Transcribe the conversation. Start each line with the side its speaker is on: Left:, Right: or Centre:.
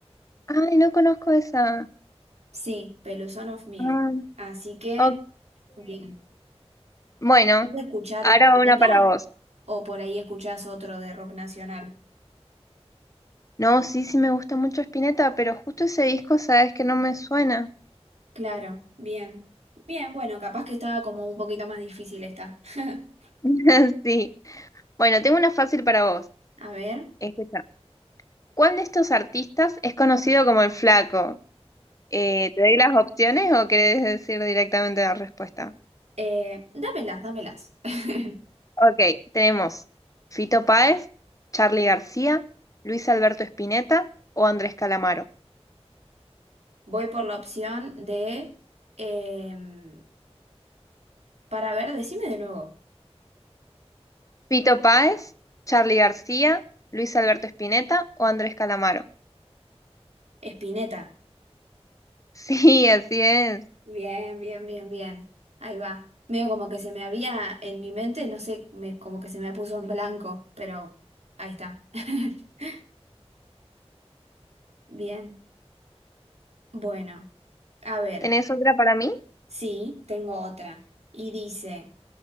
Left: Ay, no conozco esa.
Right: Sí, Peluzón of Milk.
Left: Ah,
Right: Así que,
Left: ok.
Right: bien.
Left: Bueno,
Right: ¿Puedes escuchar
Left: ahora
Right: Spinetta
Left: una para vos.
Right: o por ahí escuchás otro de rock nacional?
Left: No, sí, sí me gusta mucho Spinetta, pero justo ese disco, sabes que no me suena.
Right: Claro, bien. Bien, bueno, capaz que estaba como un poquito más difícil esta. <laughs>
Left: <laughs> Sí. Bueno, tengo una fácil para vos.
Right: A ver,
Left: Escucha, ¿cuál de estos artistas es conocido como el Flaco? Eh, ¿te doy las opciones o querés decir directamente la respuesta?
Right: eh, dámelas, dámelas. <laughs>
Left: Ok, tenemos Fito Páez, Charly García, Luis Alberto Spinetta o Andrés Calamaro.
Right: Voy por la opción de... em, para ver, decime de nuevo.
Left: Fito Páez, Charly García, Luis Alberto Spinetta o Andrés Calamaro. <laughs>
Right: Spinetta.
Left: Sí, así es.
Right: Bien, bien, bien, bien. Ahí va. Medio como que se me había en mi mente, no sé, me, como que se me puso en blanco, pero ahí está. <laughs> Bien. Bueno, a ver,
Left: ¿Tenés otra para mí?
Right: sí, tengo otra. Y dice,